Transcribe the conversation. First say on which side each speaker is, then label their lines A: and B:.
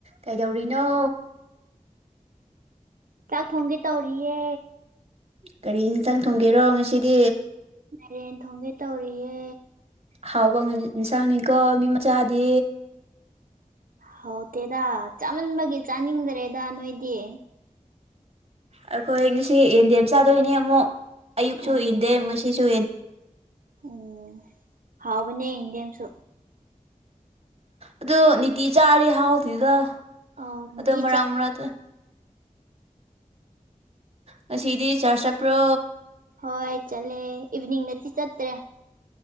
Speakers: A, on the right; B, on the right.
A: ꯀꯩꯗꯧꯔꯤꯅꯣ
B: ꯆꯥꯛ ꯊꯣꯡꯒꯦ ꯇꯧꯔꯤꯌꯦ
A: ꯀꯔꯤ ꯏꯟꯁꯥꯡ ꯊꯣꯡꯒꯦꯔꯣ ꯉꯁꯤꯗꯤ
B: ꯔꯦꯟ ꯊꯣꯡꯒꯦ ꯇꯧꯔꯤꯌꯦ
A: ꯍꯥꯎꯕ ꯏꯟꯁꯥꯡꯅꯤꯀꯣ ꯃꯤ ꯃꯆꯥꯗꯤ
B: ꯍꯥꯎꯇꯦꯗ ꯆꯥꯃꯟꯕꯒꯤ ꯆꯥꯅꯤꯡꯗ꯭ꯔꯦꯗ ꯅꯣꯏꯗꯤ
A: ꯑꯩꯈꯣꯏ ꯉꯁꯤ ꯌꯦꯟꯗꯦꯝ ꯆꯥꯗꯣꯏꯅꯦ ꯑꯃꯨꯛ ꯑꯌꯨꯛꯁꯨ
B: ꯑꯣ
A: ꯌꯦꯟꯗꯦꯝ ꯉꯁꯤ ꯁꯤ ꯁꯨ
B: ꯎꯝ ꯍꯥꯎꯕꯅꯦ ꯏꯪꯗꯦꯝꯁꯨ
A: ꯑꯗꯨ ꯅꯤꯇꯤ ꯆꯥꯔꯤ ꯍꯥꯎꯗꯗ
B: ꯑꯣ ꯅꯨꯡꯇꯤ
A: ꯑꯗꯣ ꯃꯔꯥꯡ
B: ꯆꯥꯏ
A: ꯃꯔꯥ ꯉꯁꯤꯗꯤ ꯆꯥꯔ ꯆꯠꯄ꯭ꯔꯣ
B: ꯍꯣꯏ ꯆꯂꯦ ꯏꯚꯅꯤꯡꯗꯗꯤ ꯆꯠꯇ꯭ꯔꯦ